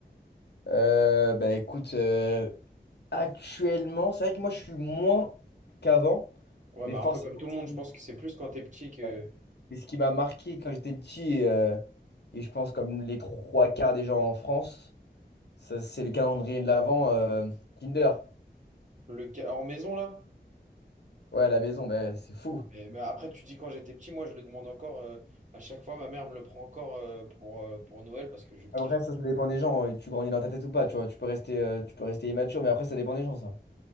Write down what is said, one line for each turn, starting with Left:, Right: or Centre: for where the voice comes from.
Left: Euh, bah écoute, euh, actuellement, c'est vrai que moi je suis moins qu'avant,
Right: Ouais,
Left: mais
Right: bah,
Left: forcément,
Right: un peu comme tout le
Left: ce
Right: monde,
Left: qui
Right: je pense que c'est plus quand t'es petit que
Left: euh, mais ce qui m'a marqué quand j'étais petit, euh, et je pense comme les trois quarts des gens en France, ça, c'est le calendrier de l'Avent euh, Kinder.
Right: le ca- en maison, là.
Left: Ouais, à la maison, bah, c'est fou.
Right: Mais, mais après, tu dis quand j'étais petit, moi, je le demande encore, euh, à chaque fois, ma mère me le prend encore, euh, pour, euh, pour Noël, parce que je kiffe.
Left: Après, ça, ça dépend des gens, et tu grandis dans ta tête ou pas, tu vois, tu peux rester, euh, tu peux rester immature, mais après, ça dépend des gens, ça.